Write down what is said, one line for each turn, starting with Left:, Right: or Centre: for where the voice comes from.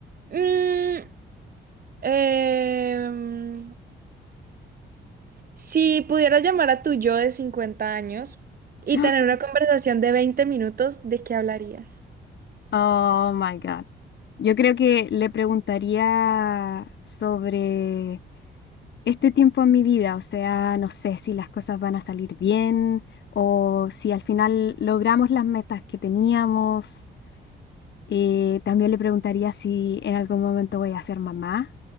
Right: Mm, em, si pudieras llamar a tu yo de 50 años y
Left: <gasps>
Right: tener una conversación de 20 minutos, ¿de qué hablarías?
Left: Oh my God. Yo creo que le preguntaría sobre este tiempo en mi vida, o sea, no sé si las cosas van a salir bien o si al final logramos las metas que teníamos. Eh, también le preguntaría si en algún momento voy a ser mamá,